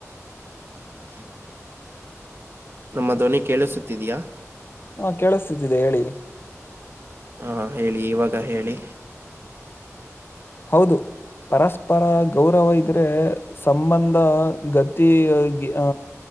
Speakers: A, on the right (about 45°); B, on the left (about 45°).
A: <unintelligible> ನಮ್ಮ ಧ್ವನಿ ಕೇಳಿಸುತ್ತಿದ್ಯಾಾ
B: ಹಾ ಕೇಳಿಸ್ತಿದ್ದಿದೆ ಹೇಳಿ
A: ಹಾ ಹೇಳಿ ಇವಾಗ ಹೇಳಿ
B: ಹೌದು ಪರಸ್ಪರ ಗೌರವ ಇದ್ರೆ ಸಂಬಂಧ ಗತಿ ಅಹ